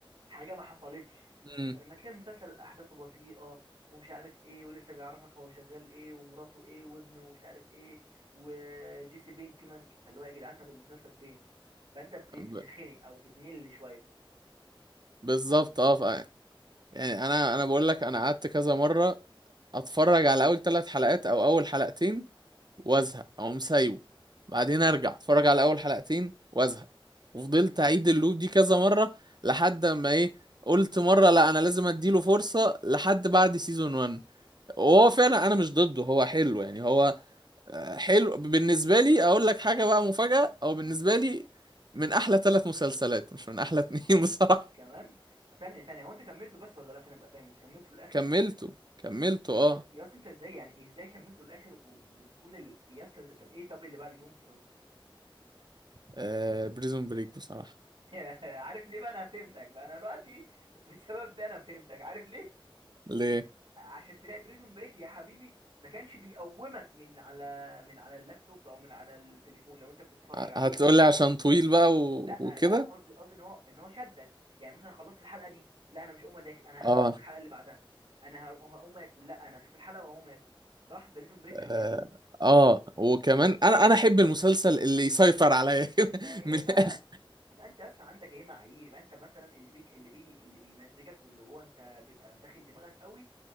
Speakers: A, on the right; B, on the right.
A: حاجه ما حصلتش
B: مم.
A: فلما تلاقي المسلسل احداثه بطيئه ومش عارف ايه ولسه بيعرفك هو شغال ايه ومراته ايه وابنه ومش عارف ايه وجيسي بينكمان فاللي هو يا جدعان طب المسلسل فين فانت بت... بتتخنق
B: ب-
A: او بتمل شويه
B: بالظبط اه ف- يعني انا انا بقول لك انا قعدت كذا مره اتفرج على اول ثلاث حلقات او اول حلقتين وازهق او مسايبه بعدين ارجع اتفرج على اول حلقتين وازهق وفضلت
A: امم
B: اعيد اللوب دي كذا مره لحد ما ايه قلت مره لا انا لازم اديله فرصه لحد بعد سيزون 1 وهو فعلا انا مش ضده هو حلو يعني هو آه، حلو بالنسبة لي أقول لك حاجة بقى مفاجأة أو بالنسبة
A: امم
B: لي من أحلى ثلاث مسلسلات مش من أحلى اتنين <laughs> بصراحة
A: كمان ثانيه ثانيه هو انت كملته بس ولا لا عشان ابقى فاهم انت كملته للاخر
B: كملته كملته أه,
A: يا يا اصلا انت ازاي يعني ازاي كملته للاخر و... وبتقول ال... يا اسطى ده- طب ايه طب اللي بعد جيم اوف ثرونز
B: آه بريزون بريك بصراحة
A: <laughs> عارف ليه بقى انا فهمتك بقى انا دلوقتي <laughs> بسبب ده انا فهمتك عارف ليه
B: ليه؟
A: عشان تلاقي بريزون بريك يا حبيبي ما كانش بيقومك من على من على اللابتوب او من على التليفون لو انت بتتفرج
B: ه-
A: عليه
B: هتقولي عشان طويل بقى و...
A: لا
B: وكده
A: لا قصدي قصدي ان هو ان هو شدك يعني مثلا خلصت الحلقه دي لا انا مش هقوم اذاكر انا
B: أه
A: هشوف الحلقه اللي بعدها انا هر- هقوم اكل لا انا هشوف الحلقه وهقوم اكل صح بريزون بريك كان
B: آه
A: كده
B: آه، وكمان أنا أنا أحب المسلسل اللي يسيطر عليا <laughs> كده
A: ما هي
B: من الآخر
A: بقى يبقى انت اصلا عندك ايه معايير يبقى انت مثلا اللي بيك اللي بي اللي بيمزجك واللي هو انت بيبقى مداخل دماغك قوي